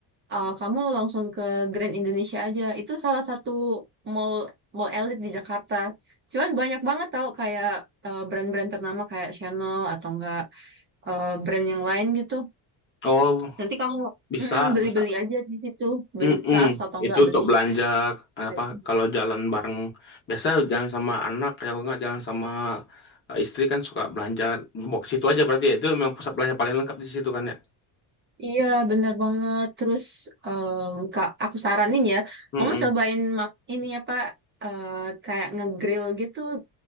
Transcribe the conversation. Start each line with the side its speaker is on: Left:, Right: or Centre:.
Right: uh, kamu langsung ke Grand Indonesia aja. Itu salah satu mall mall elit di Jakarta. Cuman banyak banget tau kayak uh, brand-brand ternama kayak Chanel atau enggak uh, brand yang lain gitu.
Left: Oh,
Right: Nanti kamu
Left: bisa,
Right: mm-mm, beli-beli
Left: bisa.
Right: aja di situ, beli
Left: Mm-mm.
Right: tas atau
Left: Itu
Right: enggak
Left: untuk
Right: beli
Left: belanja
Right: baju.
Left: apa kalau jalan bareng biasa jalan sama anak ya kalau nggak jalan sama eh, istri kan suka belanja box situ aja berarti ya itu memang pusat belanja paling lengkap di situ kan ya.
Right: Iya, bener banget. Terus um, Kak, aku saranin ya,
Left: Mm-mm.
Right: kamu cobain mak ini apa uh, kayak ngegrill gitu